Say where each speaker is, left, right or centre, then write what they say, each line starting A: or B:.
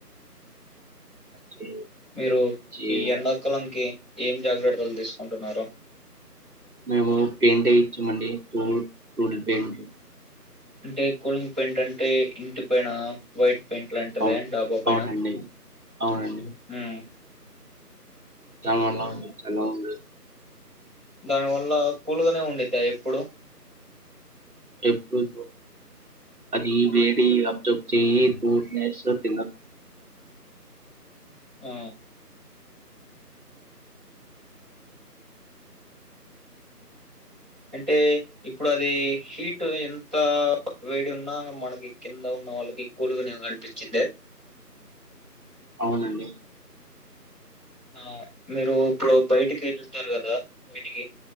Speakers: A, on the right; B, on the right.
A: చే-
B: మీరు
A: చే-
B: ఈ ఎండాకలంకి ఏం జాగ్రత్తలు తీసుకుంటున్నారు
A: మేము పెయింటే ఇచ్చామండి కూల్ కూల్ పెయింట్
B: అంటే కూలింగ్ పెయింట్ అంటే ఇంటి పైన వై పెయింట్ లాంటిదే
A: అవును
B: డాబా పైన
A: అవునండి అవునండి
B: హ్మ్
A: యమ్మెల్ ఎలా ఉంది
B: దాని వల్ల కూలుగానే ఉండిద్దా ఎప్పుడు
A: ఎప్పుడు కూల్ అది ఈ వేడి అబ్జ చేయి తూ న తిన
B: ఆ అంటే ఇప్పుడు అది హీట్ ఎంత వేడి ఉన్నా మనకి కింద ఉ నళకిక్ కోలుగా నే కనిపించిద్ద
A: అవునండి
B: ఆ మీరు ఇప్పుడు బయటికి వెళ్తారు కదా బయటికి